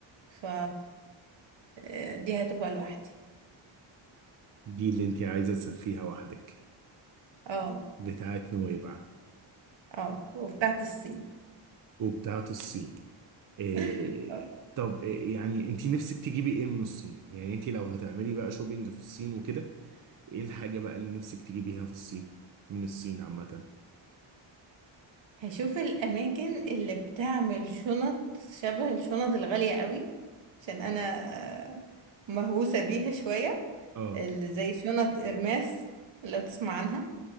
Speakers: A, on the right; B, on the right.
A: ف آه، دي هتبقى لوحدي
B: دي اللي أنت عايزة تسافريها وحدك
A: اه
B: بتاعت نويبع
A: اه وبتاعت الصين
B: وبتاعت الصين إيه
A: <laughs> آه.
B: طب إيه يعني أنت نفسك تجيبي إيه من الصين؟ يعني أنت لو هتعملي بقى شوبينج في الصين وكده إيه الحاجة بقى اللي نفسك تجيبيها في الصين؟ من الصين عامة
A: هشوف الأماكن اللي بتعمل شنط شبه الشنط الغالية قوي عشان أنا آه، مهووسة بيها شوية
B: آه
A: اللي زي شنط إرماس لو تسمع عنها